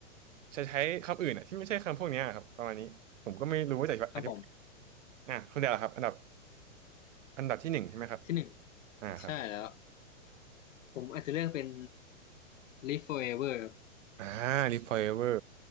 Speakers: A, on the right (about 70°); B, on the left (about 75°).
A: ใช้ใช้คำอื่นอะที่ไม่ใช่คำพวกเนี้ยครับประมาณนี้ผมก็ไม่รู้ว่าจะอธิบาย
B: ครับผม
A: อ่าคุณเดาครับอันดับอันดับที่หนึ่งใช่ไหมครับ
B: ที่หนึ่ง
A: อ่าครับ
B: ใช่แล้วผมอาจจะเลือกเป็น Live Forever ครับ
A: อ่า Live Forever